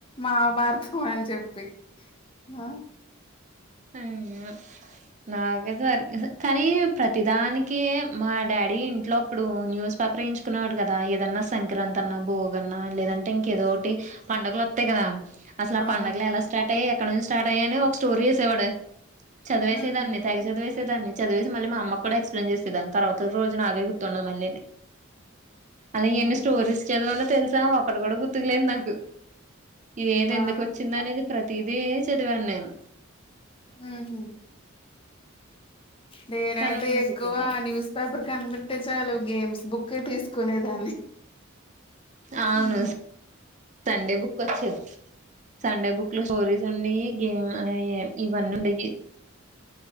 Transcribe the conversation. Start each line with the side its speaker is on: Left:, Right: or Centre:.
Left: మాభారతం అని చెప్పి ఆ
Right: ఉమా నాకే దారి కాదు కానీ ప్రతిదానికి మా డాడీ ఇంట్లో అప్పుడు న్యూస్ పే ప్రేయించుకున్నావాడు కదా ఏదన్నా సంక్రాంతన్న భోగ అన్నా లేదంటే ఇంకేదోటి పండుగలు వతాయి కదా అసలు ఆ
Left: అవును
Right: పండుగలు ఎలా స్టార్ట్ అయ్యాయి ఎక్కడ నుంచి స్టార్ట్ అయ్యా అని ఒక స్టోరీ చేసేవాడే చదివేసేదాన్ని
Left: ఉహు
Right: తేగ చదివేస సే దాన్ని చదివేసి మళ్ళీ మా అమ్మ కూడా ఎక్స్ప్లెయిన్ చేస్తే దాన్ని తర్వాత రోజు నాకే గుర్తుండదు మళ్ళీని అలా
Left: ఉహు
Right: ఎన్ని స్టోరీస్ చదివానో తెలుసా ఒకటి కూడా గుర్తుకులేదు నాకు ఏది
Left: ఆ
Right: ఎందుకు వచ్చిందనేది ప్రతిదీ చదివాను నేను
Left: ఉహ్మ్ నేనైతే
Right: కానీ ఇప్పుడు
Left: ఎక్కువ
Right: గుర్తుకు రాదు
Left: న్యూస్ పేపర్ కనిబేతే చాలు గేమ్స్ బుకే తీసుకునేదాన్ని
Right: అవును
Left: ఉమ్
Right: సండే బుక్ వచ్చేది సండే బుక్ లో స్టోరీస్ ఉండేయి గేమ్ ఇవన్నీ ఉండేయి